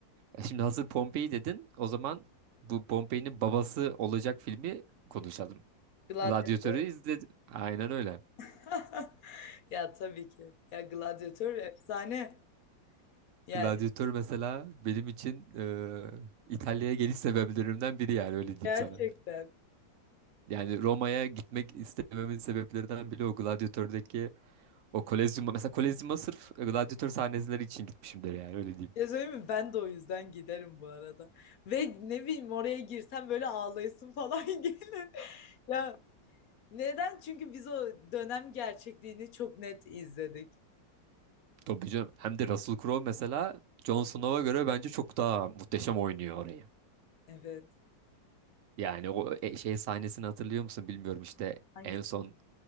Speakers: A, on the right; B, on the left.
A: Ya şimdi hazır Pompei dedin o zaman bu Pompei'nin babası olacak filmi konuşalım.
B: Gladyatör.
A: Gladiatör'ü izledim. Aynen öyle.
B: <laughs> Ya tabii ki. Ya gladyatör efsane. Yani
A: Gladiatör mesela benim için e, İtalya'ya geliş sebeplerimden biri yani öyle diyeyim
B: gerçekten.
A: sana. Yani Roma'ya gitmek istememin sebeplerinden biri o Gladiator'daki o Kolezyum'a. Mesela Kolezyum'a sırf Gladiator sahneleri için gitmişimdir yani öyle diyeyim.
B: Ya söyleyeyim mi? Ben de o yüzden giderim bu arada. Ve ne bileyim oraya girsem böyle ağlayasın falan <laughs> gelir. Ya neden? Çünkü biz o dönem gerçekliğini çok net izledik.
A: Tabii canım. Hem de Russell Crowe mesela Jon Snow'a göre bence çok daha muhteşem oynuyor orayı.
B: Evet.
A: Yani o e- şey sahnesini hatırlıyor musun bilmiyorum işte
B: Hangisi?
A: en son